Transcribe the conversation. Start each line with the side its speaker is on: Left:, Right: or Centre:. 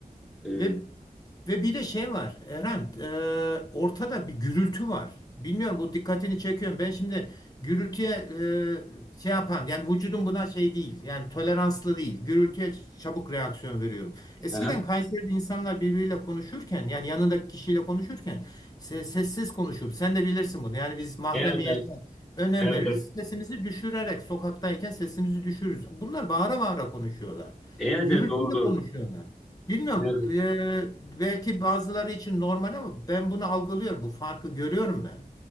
Centre: E,
Left: Ve ve bir de şey var Erhan, e, ortada bir gürültü var. Bilmiyorum bu dikkatini çekiyorum. Ben şimdi gürültüye e, şey yapan yani vücudum buna şey değil yani toleranslı değil. Gürültüye ç- çabuk reaksiyon veriyorum. Eskiden
Centre: aha.
Left: Kayseri'de insanlar birbiriyle konuşurken yani yanındaki kişiyle konuşurken se- sessiz konuşur. Sen de bilirsin bunu. Yani biz mahremiyete
Centre: evet, evet,
Left: önem
Centre: evet,
Left: veririz.
Centre: evet.
Left: Sesimizi düşürerek sokaktayken sesimizi düşürürüz. Bunlar bağıra bağıra konuşuyorlar.
Centre: Evet,
Left: Gürültüyle
Centre: evet, doğru, doğru.
Left: konuşuyorlar. Bilmiyorum.
Centre: Evet,
Left: eee, belki bazıları için normal ama ben bunu algılıyorum. Bu farkı görüyorum ben.